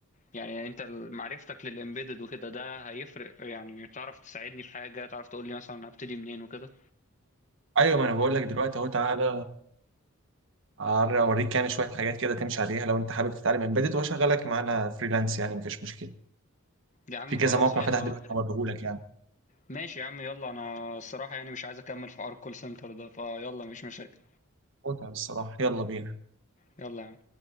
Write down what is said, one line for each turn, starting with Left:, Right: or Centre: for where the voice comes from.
Left: يعني انت معرفتك للامبيدد وكده ده هيفرق يعني تعرف تساعدني في حاجة تعرف تقول لي مثلا هبتدي منين وكده
Right: ايوه ما انا بقول لك دلوقتي اهو تعالى اوريك يعني شويه حاجات كده تمشي عليها لو انت حابب تتعلم امبيدد واشغلك معانا فريلانس يعني مفيش مشكله
Left: يا عم
Right: في كذا
Left: خلاص
Right: موقع
Left: حلو
Right: فتح دلوقتي
Left: قوي
Right: هوريهولك يعني
Left: ماشي يا عم يلا انا الصراحة يعني مش عايز اكمل في حوار الكول سنتر ده فيلا مفيش مشاكل
Right: متعة بالصراحة يلا بينا
Left: يلا يا عم